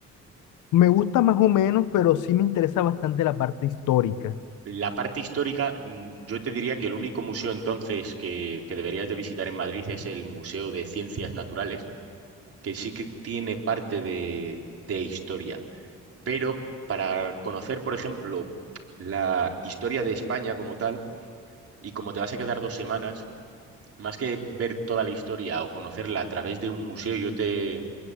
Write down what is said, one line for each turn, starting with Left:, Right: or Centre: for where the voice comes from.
Left: me gusta más o menos, pero sí me interesa bastante la parte histórica.
Right: La parte histórica, mm, yo te diría que el único museo entonces que, que deberías de visitar en Madrid es el Museo de Ciencias Naturales, que sí que tiene parte de, de historia. Pero para conocer, por ejemplo, la historia de España como tal, y como te vas a quedar dos semanas, más que ver toda la historia o conocerla a través de un museo, yo te,